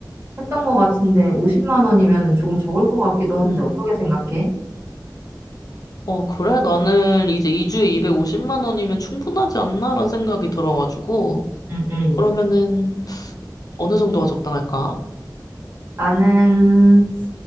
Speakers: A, on the right; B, on the left.
A: 했던 것 같은데 50만 원이면 조금 적을 것 같기도 한데
B: 응.
A: 어떻게 생각해?
B: 어, 그래? 나는 이제 2주에 250만 원이면 충분하지 않나라는 생각이 들어가지고.
A: 응, 응.
B: 그러면은 어느 정도가 적당할까?
A: 나는